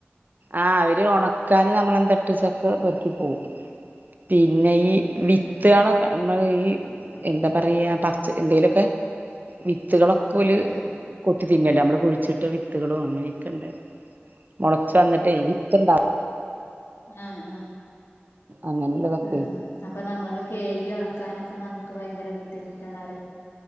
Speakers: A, on the right; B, on the left.
A: ആ അവര് ഉണക്കാന് നമ്മളെ ന്താ ട്ട ച്ചൊക്കെ പെറുക്കി പോകും പി പിന്നെ ഈ
B: ആഹ്
A: വിത്തുളൊക്കെ നമ്മ ഈ എന്താ പറയാ പച്ച എന്തേലൊക്കെ കുത്തുകളൊക്കെ പോ
B: ആഹ്
A: കൊത്തി തിന്നല്ലേ നമ്മള് കുഴിച്ചിട്ട് ഒറ്റ വിത്തുകളും അങ്ങനെയൊക്കെ ഉണ്ട് മുള വ വന്നിട്ട് വിക്കണ്ടാ
B: ആഹ ആഹ
A: അങ്ങനെയുള്ളതൊക്കെ
B: ആഹ അപ്പൊ നമ്മള് കേകി നടക്കാനൊക്കെ നമുക്ക് ഭയങ്കര ബുദ്ധിമുട്ടാണ് അവരെ